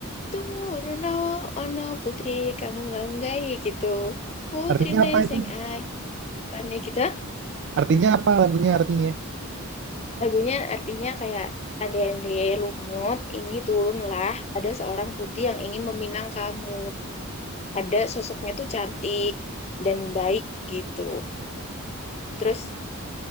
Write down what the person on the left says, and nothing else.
turun oh, ono putri kamu nggak unggahi gitu. Putri
neseng
ayu pane gitu.
Lagunya artinya kayak Ande-ande lumut, ini turunlah ada seorang putri yang ingin meminang kamu. ada sosoknya tuh cantik dan baik gitu. Terus